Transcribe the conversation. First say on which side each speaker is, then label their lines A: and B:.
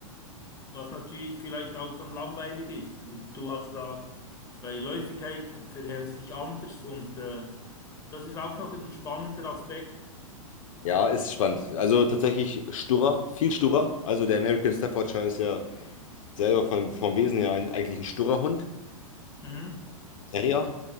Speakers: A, on the left (about 15°); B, on the left (about 65°).
A: Was natürlich vielleicht auch dann langweilig ist. Und du hast da bei Läufigkeit verhält sich anders und äh, das ist auch noch ein spannender Aspekt.
B: Ja, ist spannend. Also tatsächlich sturer, viel sturer. Also der American Staffordshire ist ja selber von, vom Wesen her ein, eigentlich ein sturer Hund,
A: Mhm.
B: Terrier.